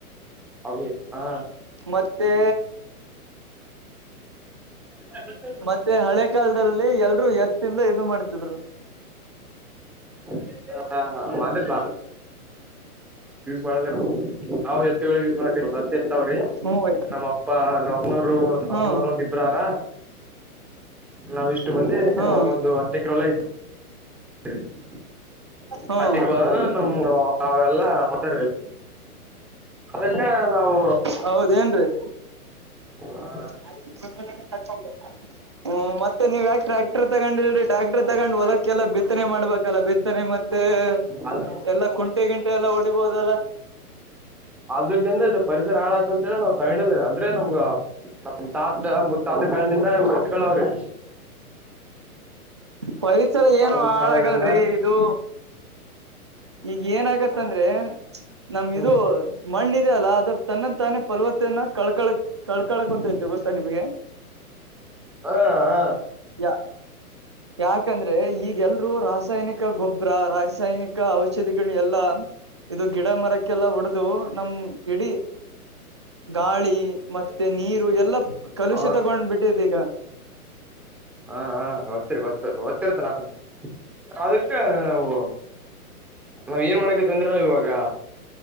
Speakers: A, in the centre; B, on the right.
A: <unintelligible> ಹಾ
B: ಮತ್ತೆ
A: <unintelligible>
B: ಮತ್ತೆ ಹಳೆ ಕಾಲದಲ್ಲಿ ಎಲ್ರು ಎತ್ತಿಂದ ಇದು ಮಾಡ್ತಿದ್ರು.
A: ಹ <unintelligible> ಯಸ್ ಮಾಡಲರಿವು ನಾವು ಎತ್ತುಗಳ ಯೂಸ್ ಮಾಡಕತ್ವಿ ಹತ್ ಹೆತ್ತಾವ್ರಿ.
B: ಹ್ಮ <unintelligible>
A: ಅಪ್ಪಾ ನಮ್ಮನೂರು ತಮ್ಮನೂರು
B: ಹ್ಮ್
A: ಒಂದ ಇಬ್ರಾರ. ನಾವಿಷ್ಟು ಮಂದಿ
B: ಹ್ಮ್
A: ನಂಗೊಂದು ಒಂದು ಹತ್ತ ಎಕರೆಹೊಲ್ಲ ಇತಿ <unintelligible>
B: ಹ್ಮ್
A: ಹಾತೆಕ್ರಿ ಹೊಲನ ನಮ್ ನಮ್ಮೆಲ್ಲಾ ಮತಾರೀ <unintelligible> ನಾವು
B: ಹೌದೇನ್ರೀ
A: ಹ
B: <unintelligible> ಹ್ಮ್ ಮತ್ತೆ ನೀ ಯಾಕಕ್ಟ್ರ್ಯಾಕ್ಟರ್ ತಗೊಂಡಿಲ್ರಿ ಟ್ರಾಕ್ಟರ್ ತಗ್ ಹೊಲಕ್ಕೆಲ್ಲ ಬಿತ್ತನೆ ಮಾಡ್ಬೇಕಲ್ಲ ಬಿತ್ತನೆ ಮತ್ತೆ
A: ಅದ
B: ಮತ್ತೆ ಎಲ್ಲ ಕುಂಟೆ ಗಿಂಟೆ ಎಲ್ಲ ಹೊಡಿಬೋದಲ್ಲ.
A: ಅ್ರಲಿಂದ ಇದು ಪರಿಸರ ಆಳತಂತ ಹೇಳ ನಾವು ತಗೊಂಡಿಲ್ಲಾರಿ. ಅಂದ್ರೆ ನಮ್ಗ ನಮ ತಾತ ಮುತ್ತಾತ ಕಾಲನಿಂದ ಇವಹೆತ್ತಗಳವ್ರಿ.
B: ಪರಿಸರ ಏನು
A: ಮುತ್ಕಾಳನಿಂದ
B: ಹಾಳಾಗಲ್ರರಿ ಇದು. ಈಗ ಏನಾಗತ್ತಂದ್ರೆ ನಮ್
A: ಹ
B: ಇದು ಮಣ್ಣಿದೆಯಲ್ಲ ಅದ್ರ ತನ್ನಂದ ತಾನೇ ಫಲ್ವತನ ಕಳ್ಕಳಕ್ ಕಳ್ಕಳಕ್ ಕೊತೈತಿ ಗೊತ್ತಾ ನಿಮ್ಗೆ.
A: ಹಾ ಹಾ
B: ಯಾ ಯಾಕಂದ್ರೆ ಈಗೆಲ್ರು ರಾಸಾಯನಿಕ ಗೊಬ್ಬರ ರಾಸಾಯನಿಕ ಔಷಧಿಗಳ ಎಲ್ಲಾ ಇದು ಗಿಡ ಮರಕ್ಕೆಲ್ಲ ಹೊಡೆದು ನಮ್ ಇಡೀ ಗಾಳಿ ಮತ್ತೆ ನೀರು ಎಲ್ಲಾ ಕಲುಷಿತಗೊಂಡ್ಬಿಟ್ಟಿದೆ
A: ಹ
B: ಈಗ.
A: ಹಾ ಹ ಗೊತ್ತಿರ್ ಗತ್ತ ಗೊತ್ತಿರ್ತ ನಾವು ಅದಕ್ಕ ನಾವು ನಾವ್ ಏನ್ ಮಾಡಕತ್ತಿವ್ ಅಂದ್ರೆ ಇವಾಗ